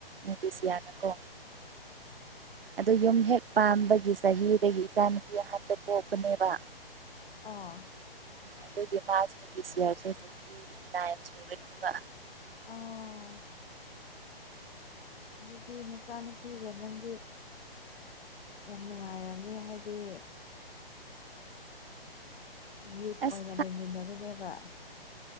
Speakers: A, on the right; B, on the left.
A: ꯃꯤꯗꯤꯁꯤꯌꯥꯅꯀꯣ ꯑꯗꯣ ꯌꯨꯝ ꯍꯦꯛ ꯄꯥꯝꯕꯒꯤ ꯆꯍꯤꯗꯒꯤ ꯏꯆꯥꯅꯨꯄꯤ ꯑꯍꯥꯟꯗꯣ ꯄꯣꯛꯄꯅꯦꯕ
B: ꯑꯣ
A: ꯑꯗꯨꯒꯤ ꯃꯥꯁꯨ ꯄꯤꯁꯤꯌꯔ ꯁꯦ ꯆꯍꯤ ꯅꯥꯏꯟ ꯁꯨꯔꯦꯕ
B: ꯑꯣꯎ ꯑꯗꯨꯗꯤ ꯅꯆꯥꯅꯨꯄꯤꯒ ꯅꯪꯗꯤ ꯌꯥꯝ ꯅꯨꯡꯉꯥꯏꯔꯝꯅꯤ ꯍꯥꯏꯗꯤ ꯌꯨꯠ
A: ꯑꯁ
B: ꯑꯣꯏꯅ ꯂꯩꯃꯤꯟꯅꯕꯅꯦꯕ